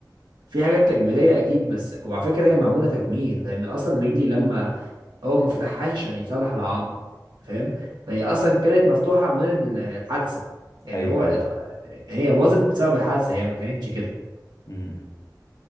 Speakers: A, on the right; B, on the left.
A: في حاجات تجميليه اكيد بس وعلى فكره هي معموله تجميل لان اصلا رجلي لما اول ما فتحهاش عشان يصلح العظم فاهم فهي اصلا كانت مفتوحه من الحادثه يعني
B: ايوه
A: هو ات-
B: ايوه
A: هي باظت بسبب الحادثه هي ما كانتش كده
B: مم.